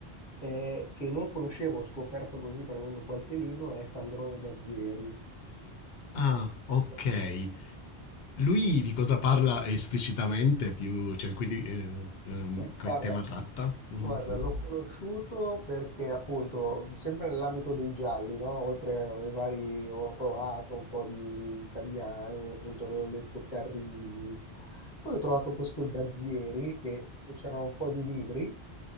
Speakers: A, on the left; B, on the left.
A: eh, che non conoscevo, ho scoperto così prendendo qualche libro, è Sandrone Dazieri.
B: Ah, okay.
A: Lo conosci?
B: Lui di cosa parla esplicitamente più cioè quindi, ehm, ehm,
A: Gu
B: che
A: guarda
B: tema tratta? Mh-mh,
A: guarda,
B: sì.
A: l'ho conosciuto perché appunto, sempre nell'ambito dei gialli, no? Oltre ai vari, ho provato un po' di italiani, appunto avevo letto Carrisi. Poi ho trovato questo Dazieri che c'erano un po' di libri